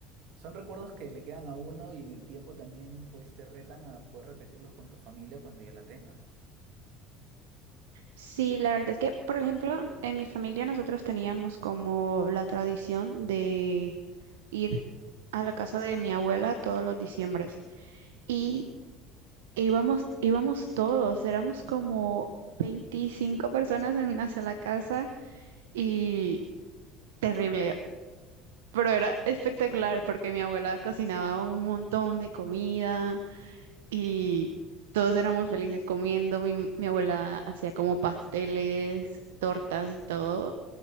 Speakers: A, on the right; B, on the right.
A: Son recuerdos que le quedan a uno y en el tiempo también pues te retan a poder repetirlos con tu familia cuando ya la tengas.
B: Sí, la verdad es que, por ejemplo, en mi familia nosotros teníamos como la tradición de ir a la casa de mi abuela todos los diciembre. y íbamos, íbamos todos, éramos como 25 personas en una sola casa y terrible, pero era espectacular porque mi abuela cocinaba un montón de comida y todos éramos felices comiendo, mi, mi abuela hacía como pasteles, tortas y todo.